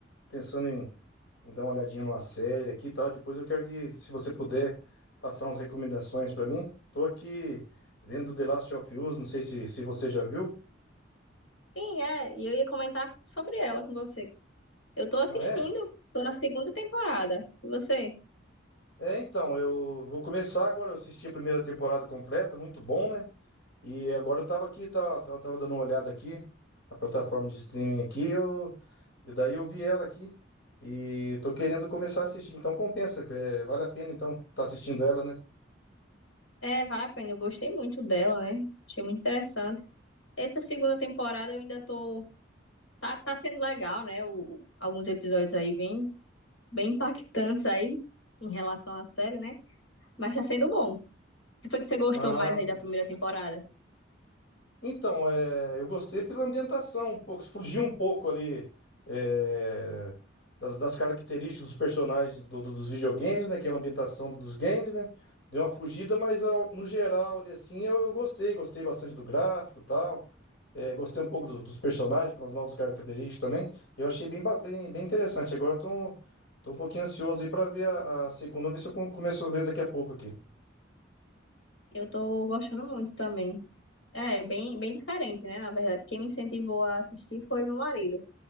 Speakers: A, on the left; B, on the left.
A: pensando em, em dar uma olhadinha numa série aqui e tal. Depois eu quero que, se você puder, passar umas recomendações pra mim. Tô aqui vendo The Last of Us, não sei se, se você já viu.
B: Sim, é, e eu ia comentar sobre ela com você. Eu tô assistindo,
A: Ah, é?
B: tô na segunda temporada. E você?
A: É, então, eu vou começar agora. Eu assisti a primeira temporada completa, muito bom, né? E agora eu tava aqui, tava, tava, tava dando uma olhada aqui na plataforma de streaming aqui, eu, e daí eu vi ela aqui e tô querendo começar a assistir. Então compensa, é, vale a pena então tá assistindo ela, né?
B: É, vale a pena. Eu gostei muito dela, né? Achei muito interessante. Essa segunda temporada eu ainda tô. Tá, tá sendo legal, né? O, alguns episódios aí bem, bem impactantes aí em relação à série, né? Mas tá sendo bom. O que foi que você gostou
A: Ah,
B: mais aí da primeira temporada?
A: Então, é, eu gostei pela ambientação, um pouco, fugiu um pouco ali é, das, das características dos personagens do- do- dos videogames, né? Que é uma ambientação dos games, né? Deu uma fugida, mas ao- no geral, ali, assim, eu gostei, gostei bastante do gráfico e tal. É, gostei um pouco dos, dos personagens, com as novas características também. Eu achei bem, ba- bem, bem interessante. Agora estou tô, tô um pouquinho ansioso aí para ver a, a segunda, ver se eu com- começo a ver daqui a pouco aqui.
B: Eu tô gostando muito também. É, bem, bem diferente, né? Na verdade, quem me incentivou a assistir foi meu marido.